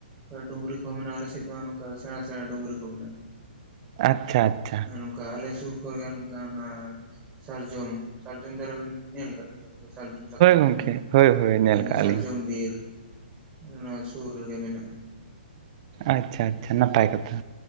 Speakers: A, on the right (about 20°); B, on the right (about 40°).
A: ᱠᱟ ᱰᱩᱝᱨᱤ ᱠᱚ ᱢᱮᱱᱟᱜᱼᱟ, ᱟᱞᱮ ᱥᱮᱫ ᱫᱚ ᱱᱚᱝᱠᱟ ᱥᱮᱬᱟ ᱥᱮᱬᱟ ᱰᱩᱝᱨᱤ ᱠᱚ ᱢᱮᱱᱟᱜᱼᱟ᱾
B: ᱟᱪᱪᱷᱟ ᱟᱪᱷ
A: ᱟᱨ ᱱᱚᱝᱠᱟ ᱟᱞᱮ ᱥᱩᱨ ᱠᱚᱨᱮ ᱜᱮ ᱱᱚᱝᱠᱟ ᱚᱱᱟ ᱥᱟᱨᱡᱚᱢ, ᱥᱟᱨᱡᱚᱢ ᱫᱟᱨᱮ ᱵᱤᱱ ᱧᱮᱞ ᱠᱟᱫ ᱜᱮᱭᱟ? ᱛᱚ ᱥᱟᱨᱡᱚᱢ ᱥᱟᱠᱟᱢ
B: ᱜᱚᱝᱠᱮ
A: ᱦᱳᱭ
B: ᱦᱳᱭ ᱦᱳᱭ ᱧᱮᱞ
A: ᱚᱱᱟ
B: ᱠᱟᱜᱼᱟ
A: ᱥᱟᱨᱡᱚᱢ
B: ᱞᱤᱧ
A: ᱵᱤᱨ᱾ ᱚᱱᱟ ᱥᱩᱨ ᱨᱮᱜᱮ ᱢᱮᱱᱟᱜᱼᱟ᱾
B: ᱟᱪᱪᱷᱟ ᱟᱪᱪᱷᱟ ᱱᱟᱯᱟᱭ ᱠᱟᱛᱷᱟ᱾